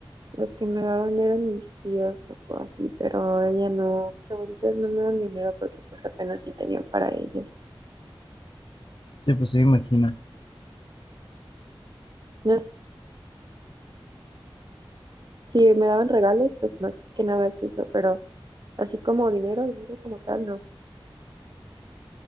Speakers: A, on the right (about 50°); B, on the left (about 65°).
A: Los que me daban eran mis tíos o así, pero ella no, mis abuelitas no me dan dinero porque pues apenas sí tenían para ellas.
B: Sí, pues sí, me imagino.
A: No, s- si me daban regalos, pues más que nada es eso, pero así como dinero, dinero como tal, no.